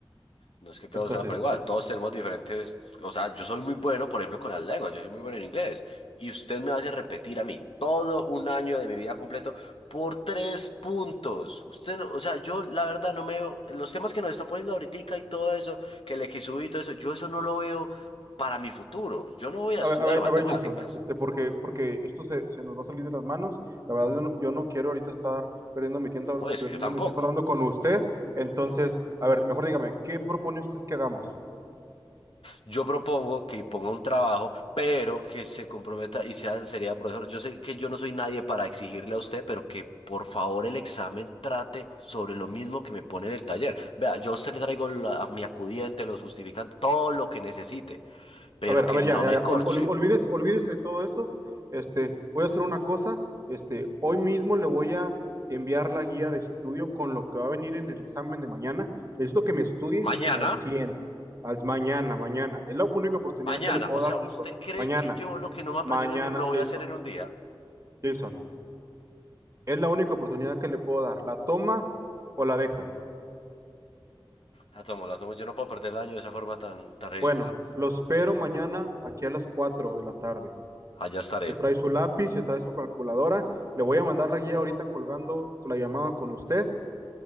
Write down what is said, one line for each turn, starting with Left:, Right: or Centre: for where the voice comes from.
Left: No es que todos
Right: Entonces,
Left: sean por igual,
Right: este,
Left: todos tenemos diferentes, o sea, yo soy muy bueno, por ejemplo, con las lenguas, yo soy muy bueno en inglés, y usted me hace repetir a mí todo un año de mi vida completo por tres puntos. Usted no, o sea, yo la verdad no me veo, los temas que nos está poniendo ahorita y todo eso, que el XU y todo eso, yo eso no lo veo para mi futuro. Yo no voy a
Right: A
Left: estudiar
Right: ver, a ver,
Left: matemáticas.
Right: a ver, Jason, este, porque, porque esto se, se nos va a salir de las manos. La verdad, yo no, yo no quiero ahorita estar perdiendo mi tiempo,
Left: No, es
Right: perdiendo
Left: que yo tampoco.
Right: mi tiempo hablando con usted. Entonces, a ver, mejor dígame, ¿qué propone usted que hagamos?
Left: Yo propongo que imponga un trabajo, pero que se comprometa y sea seriedad, profesor. Yo sé que yo no soy nadie para exigirle a usted, pero que por favor el examen trate sobre lo mismo que me pone en el taller. Vea, yo a usted le traigo la- mi acudiente, lo justificante, todo lo que necesite, pero
Right: A ver,
Left: que
Right: a ver,
Left: no
Right: ya, ya,
Left: me
Right: ya,
Left: corche.
Right: ol- ol- olvídese, olvídese de todo eso. Este, voy a hacer una cosa. Este, hoy mismo le voy a enviar la guía de estudio con lo que va a venir en el examen de mañana. Necesito que me estudie
Left: Mañana,
Right: al cien, al mañana, mañana. Es la única oportunidad
Left: mañana.
Right: que le puedo
Left: O sea,
Right: dar,
Left: ¿usted
Right: Jason.
Left: cree
Right: Mañana,
Left: que yo lo que no me aprendí
Right: mañana,
Left: un año lo voy
Right: Jason.
Left: a hacer en un día?
Right: Jason, es la única oportunidad que le puedo dar. ¿La toma o la deja?
Left: La tomo, la tomo. Yo no puedo perder el año de esa forma tan, tan ridícula.
Right: Bueno, lo espero mañana aquí a las 4 de la tarde.
Left: Allá estaré.
Right: Se trae su lápiz, se trae su calculadora. Le voy a mandar la guía ahorita colgando la llamada con usted.